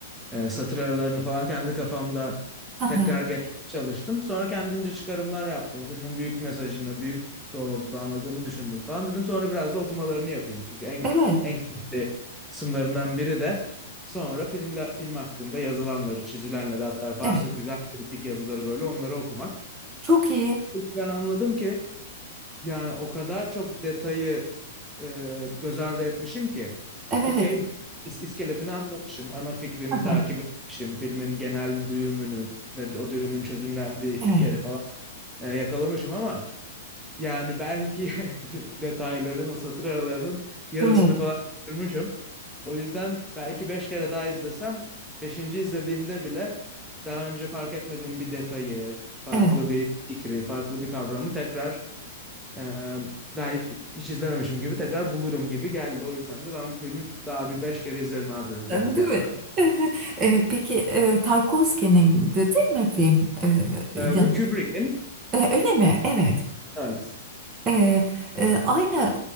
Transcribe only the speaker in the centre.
e, satır aralarını falan kendi kafamda
tekrar geçmeye çalıştım. Sonra kendimce çıkarımlar yaptım. Filmin büyük mesajını, büyük doğrultuda anladığımı düşündüm falan dedim. Sonra biraz da okumalarını yapayım. Çünkü en
en keyifli kısımlarından biri de sonra filmle, film hakkında yazılanları, çizilenleri hatta varsa
güzel kritik yazıları böyle onları okumak.
Ben anladım ki yani o kadar çok detayı e, göz ardı etmişim ki.
Okey, is- iskeletini anlamışım, ana fikrini
takip etmişim, filmin genel düğümünü ve o düğümün çözümlendiği
yeri falan e, yakalamışım ama yani belki <laughs> detayların, o satır aralarının yarısını
falan kaçırmışım. O yüzden belki beş kere daha izlesem, beşinci izlediğimde bile daha önce fark etmediğim bir detayı, farklı
bir fikri, farklı bir kavramı tekrar ee, daha hiç, hiç izlememişim gibi tekrar bulurum gibi geldi. O yüzden de ben bu filmi daha bir beş kere izlerim abi dedim kendi
kendime.
Ee,
bu Kubrick'in.
Evet.